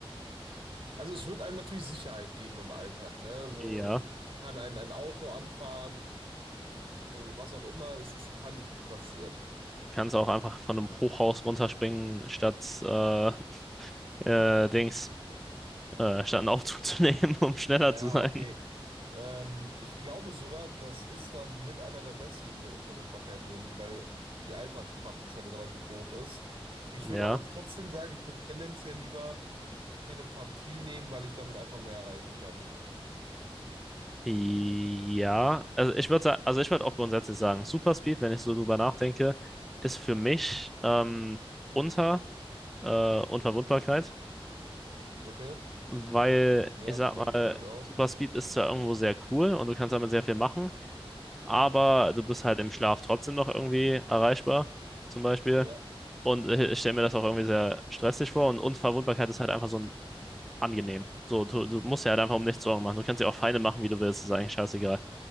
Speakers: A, on the right; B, in the centre.
A: also es wird einem natürlich Sicherheit geben im Alltag, ne? So
B: ja,
A: kann ein, ein Auto anfahren, so was auch immer, es, es kann nicht viel passieren.
B: du kannst auch einfach von einem Hochhaus runterspringen, statt äh, <laughs> äh, Dings, äh, statt einen Aufzug zu nehmen, <laughs> um schneller
A: Ja,
B: zu sein.
A: okay. Ähm, ich glaube sogar, das ist dann mit einer der besten, wenn wir Unverwundbarkeit nehmen, weil die Alltagspraxis halt relativ hoch ist. Ich
B: Ja.
A: würde aber trotzdem sagen, ich würde tendenziell lieber Telepathie nehmen, weil ich damit einfach mehr erreichen kann.
B: Ja, also ich würde also ich würde auch grundsätzlich sagen, Superspeed, wenn ich so drüber nachdenke, ist für mich ähm, unter äh, Unverwundbarkeit,
A: Okay?
B: weil
A: Ja,
B: ich sag
A: nehme
B: mal,
A: ich, glaube ich, auch.
B: Superspeed ist zwar irgendwo sehr cool und du kannst damit sehr viel machen, aber du bist halt im Schlaf trotzdem noch irgendwie erreichbar, zum Beispiel.
A: Ja,
B: Und ich, ich stelle mir das auch irgendwie sehr stressig vor und Unverwundbarkeit ist halt einfach so ein angenehm. So, du, du musst ja halt einfach um nichts Sorgen machen. Du kannst dir auch Feinde machen, wie du willst, ist eigentlich scheißegal.